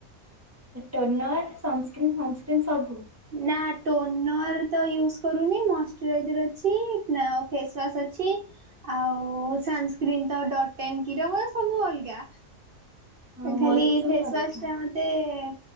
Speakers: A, on the right (about 15°); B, on the right (about 60°).
A: ଟୋନର ସନ୍ସ୍କ୍ରିନ ଫଂସ୍କ୍ରିନ <unintelligible> ସବୁ
B: ନା ଟୋନର ତ ୟୁଜ୍ କରୁନି ମ ଟ୍ରେଜ ର ଅଛି ଆଉ ଫେଶ୍ଵାଶ ଅଛି, ଆଉ-ଉ-ଉ-ଉ ସଂସ୍କ୍ରି ନ ତ ଡ଼ଟ୍ ନ କି ର ସବୁ ଅଲଗା।
A: ହଁ
B: ଖାଲି
A: ମୋର ବି ସବୁ
B: ଫେଶ୍ଵାଶଟା
A: ଅଲଗା।
B: ମୋତେ-ଏ-ଏ